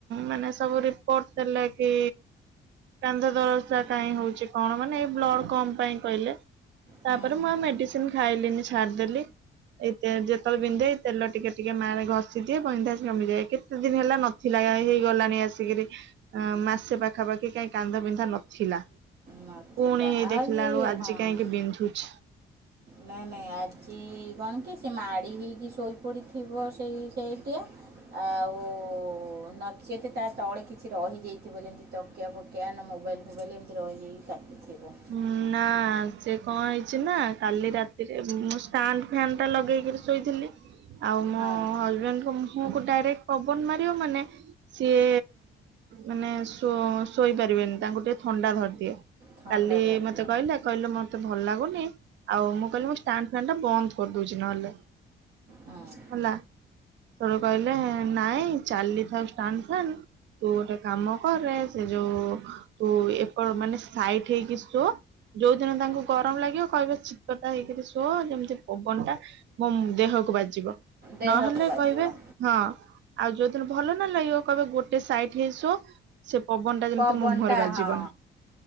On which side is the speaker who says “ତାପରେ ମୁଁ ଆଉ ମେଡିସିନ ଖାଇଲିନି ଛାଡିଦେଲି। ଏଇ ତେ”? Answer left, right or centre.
Right